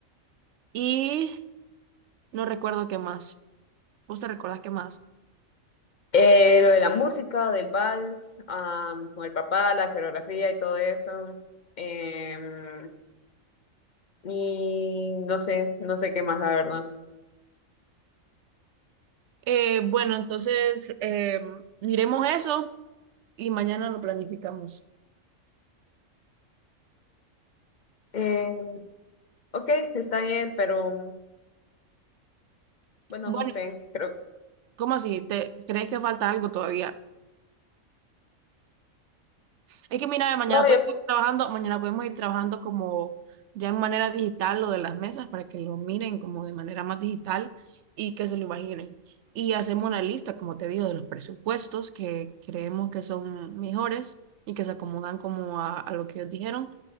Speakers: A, on the right; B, on the left.
A: y no recuerdo qué más. ¿Vos te recuerdas qué más?
B: eh, lo de la música, del vals, am, con el papá, la coreografía y todo eso. Em, y no sé, no sé qué más, la verdad.
A: Eh, bueno, entonces eh, miremos eso y mañana lo planificamos.
B: Em, ok, está bien, pero bueno,
A: Bueno,
B: no sé. Creo,
A: ¿Cómo así? ¿Te crees que falta algo todavía? Es que mira, mañana
B: no,
A: podemos
B: yo
A: ir trabajando, mañana podemos ir trabajando como ya en manera digital lo de las mesas para que lo miren como de manera más digital y que se lo imaginen. Y hacemos una lista, como te digo, de los presupuestos que creemos que son mejores y que se acomodan como a, a lo que ellos dijeron